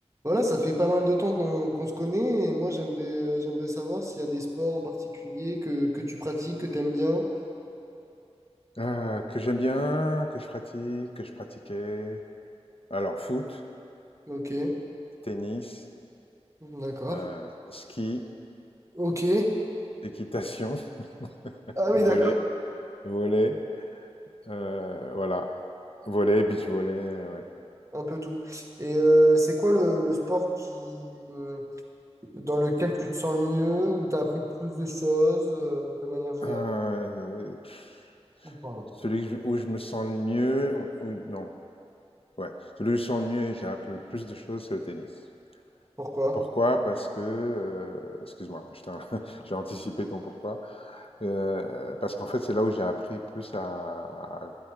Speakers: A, on the right; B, on the left.
A: Voilà, ça fait pas mal de temps qu'on qu'on se connaît et moi j'aimerais euh, j'aimerais savoir s'il y a des sports en particulier que, que tu pratiques, que t'aimes bien.
B: Euh, que j'aime bien, que je pratique, que je pratiquais. Alors, foot,
A: Ok,
B: tennis,
A: d'accord.
B: euh, ski,
A: Ok.
B: équitation, <laughs>
A: Ah oui,
B: volley,
A: d'accord.
B: volley, euh, voilà. Volley, beach volley, euh, ouais.
A: Un peu tout. Et euh, c'est quoi le, le sport qui euh, dans lequel tu te sens le mieux, où tu as appris le plus de choses euh, de manière générale?
B: Euh, pff,
A: Ou Pardon.
B: celui que je- où je me sens le mieux, en- où- non, ouais. Celui où je me sens le mieux et j'ai appris le plus de choses, c'est au tennis.
A: Pourquoi?
B: Pourquoi? Parce que, heu excuse-moi, je t'in <laughs> j'ai anticipé ton pourquoi. Heu, parce qu'en fait, c'est là où j'ai appris plus à à